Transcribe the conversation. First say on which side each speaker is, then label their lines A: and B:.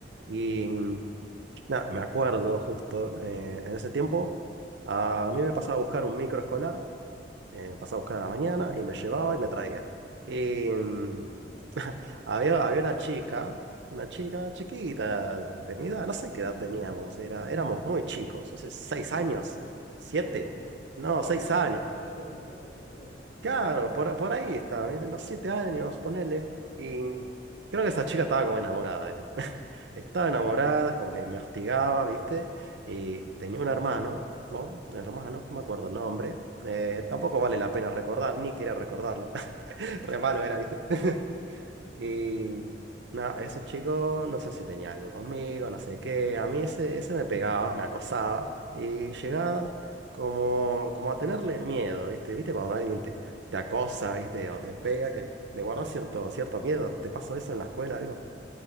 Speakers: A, on the right (about 70°); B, on the left (about 65°).
A: Y.
B: uh,
A: Nah, me acuerdo justo, eh, en ese tiempo a mí me pasaba a buscar un micro escolar, eh, pasaba a buscar a la mañana y me llevaba y me traía. Y mm, <laughs> había, había una chica, una chica chiquita de mi edad, no sé qué edad teníamos, era, éramos muy chicos, o sea, seis años, siete,
B: uh,
A: no,
B: antes
A: seis años.
B: de formar todos los recuerdos. eh,
A: Claro,
B: uy. <laughs>
A: por, por ahí estaba, ¿viste? unos siete años, ponele. Y creo que esa chica estaba como enamorada de mí. Estaba enamorada, es como que me hostigaba, ¿viste? Y tenía un hermano, ¿no? Un hermano, no me acuerdo el nombre. Eh, tampoco vale la pena recordar, ni quería recordarlo. <laughs> Re malo era, ¿viste? <laughs>
B: Mm.
A: Y nada, ese chico no sé si tenía algo conmigo, no sé qué. A mí ese, ese me pegaba, me acosaba y llegaba como, como a tenerle miedo, ¿viste? ¿Viste cuando alguien te, te acosa, ¿viste? O te pega, que le guardas cierto, cierto miedo. ¿Te pasó eso en la escuela, algo?